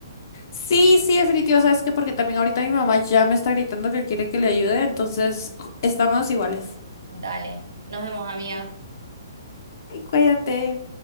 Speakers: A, on the left; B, on the right.
A: Sí, sí, definitivo. ¿Sabes qué? Porque también ahorita mi mamá ya me está gritando que quiere que le ayude, entonces ju- estamos iguales.
B: Dale, nos vemos, amiga.
A: Ay, cuídate.